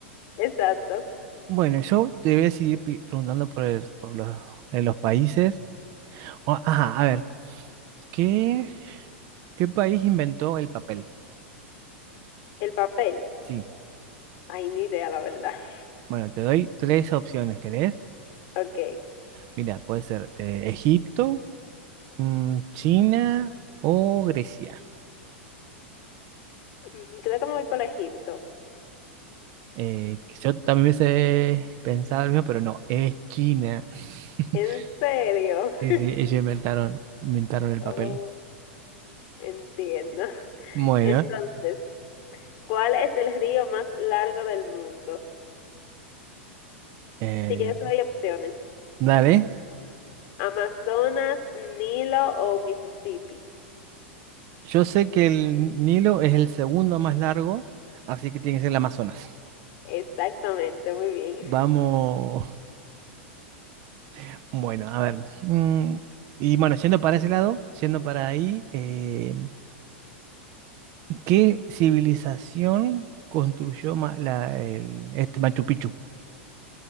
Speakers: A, on the left; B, on the right.
A: Exacto,
B: Bueno, yo te voy a seguir pi- preguntando por, el- por los, en los países. O- ajá, a ver, ¿qué, qué país inventó el papel?
A: el papel.
B: Sí.
A: Ay, ni idea, la verdad. <laughs>
B: Bueno, te doy tres opciones, ¿querés?
A: Ok.
B: Mira, puede ser eh, Egipto, mm, China o Grecia.
A: Mm, Creo que me voy por Egipto.
B: Eh, yo también hubiese pensado lo mismo, pero no, es China. <laughs>
A: ¿En serio?
B: Sí,
A: <laughs>
B: sí, ellos inventaron, inventaron el
A: Oh,
B: papel.
A: entiendo.
B: Bueno,
A: Entonces, ¿cuál es el río más largo del mundo?
B: eh,
A: Si quieres, te doy opciones.
B: dale.
A: Amazonas, Nilo o Mississippi.
B: Yo sé que el Nilo es el segundo más largo, así que tiene que ser el Amazonas.
A: Exactamente, muy bien.
B: Vamos, <laughs> bueno, a ver. mm, y bueno, yendo para ese lado, yendo para ahí, eh, ¿Qué civilización construyó ma- la- el- este Machu Picchu?